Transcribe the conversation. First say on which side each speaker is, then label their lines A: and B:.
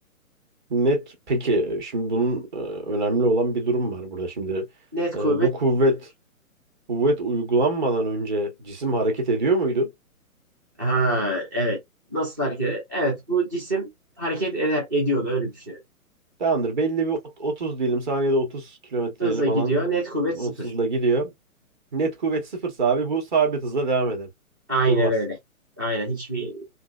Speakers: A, on the right; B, on the right.
A: Net. Peki şimdi bunun e, önemli olan bir durum var burada. Şimdi
B: Net
A: e,
B: kuvvet
A: bu kuvvet
B: sıfır.
A: kuvvet uygulanmadan önce cisim hareket ediyor muydu?
B: Ha, evet. Nasıl hareket eder? Evet. Bu cisim hareket eder, ediyordu. Öyle düşünelim.
A: Tamamdır. Belli bir ot- 30 diyelim. Saniyede 30 kilometreyle
B: Hızla
A: falan
B: gidiyor. Net kuvvet
A: 30'la
B: sıfır.
A: gidiyor. Net kuvvet sıfırsa abi bu sabit hızla devam eder.
B: Aynen
A: Durmaz.
B: öyle. Aynen. Hiçbir